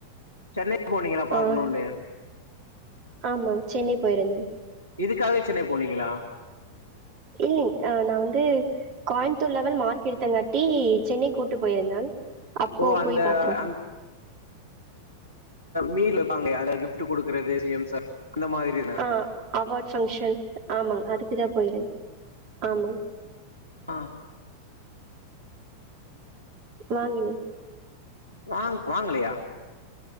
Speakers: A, on the right (about 90°); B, on the right (about 45°).
A: சென்னை போனீங்களா பாக்கணுன்னு
B: ஆஹ் ஆமா சென்னை போயிருந்தேங்
A: இதுக்காகவே சென்னை போனீங்களா
B: இல்லலைங் ஆ நா வந்து கோயம்புத்தூர் லெவல் மார்க் எடுத்தங்காட்டி சென்னை கூட்டு போயிருந்தாங் அப்போ
A: ஓ அந்த
B: போய் பாத்தங்
A: அந்த மீல் வப்பாங்களே அட கிஃப்ட் குடுக்குறது சி எம் சார் <inaudible> அந்த மாதிரி
B: ஆ அவார்ட் பங்க்ஷன் ஆமாங் அதுக்குதா போயிருந்த ஆமாங்
A: ஆ
B: வாங்குனேங்
A: வாங் வாங்கலியா